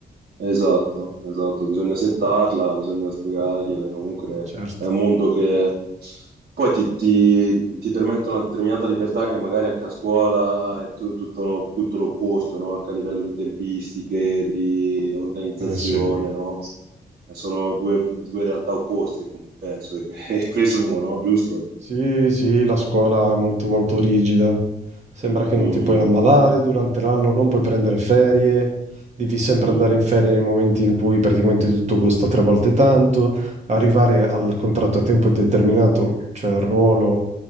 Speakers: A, on the right; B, on the right.
A: esatto, esatto, bisogna settarla, bisogna spiegargliele, comunque
B: Certo.
A: è un mondo che poi ti, ti- ti permette una determinata libertà che magari anche a scuola è tu- tutto, lo- tutto l'opposto, no? Anche a livello di tempistiche, di organizzazione,
B: Eh sì.
A: no? Eh, Sono due, due realtà opposte, penso e <laughs> e presumo, no? Giusto?
B: Sì, sì, la scuola è molto molto rigida. Sembra che non
A: Mm,
B: ti puoi ammalare durante l'anno, non puoi prendere ferie, devi sempre
A: mm.
B: andare in ferie nei momenti in cui praticamente tutto costa tre volte tanto. Arrivare al contratto a tempo determinato, cioè al ruolo,